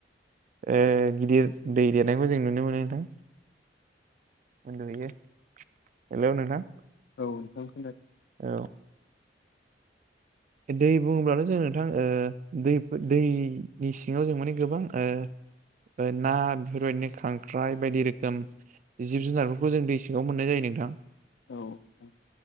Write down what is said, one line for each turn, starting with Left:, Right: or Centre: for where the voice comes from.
Right: ओ गिदिर दै देरनायखौ जों नुनो मोनो नोंथां मोन बैयो <unintelligible> हेलौ नोंथां
Left: औ नोंथांनो खोनादों
Right: औ दै बुङोब्लाथ' जों नोंथां ओ दै दैनि सिङाव जों माने गोबां ओ ना बेफोरबायदिनो खांख्राइ बायदि रोखोम जिब जुनारफोरखौ जों दै सिङाव मोननाय जायो नों थां
Left: औ औ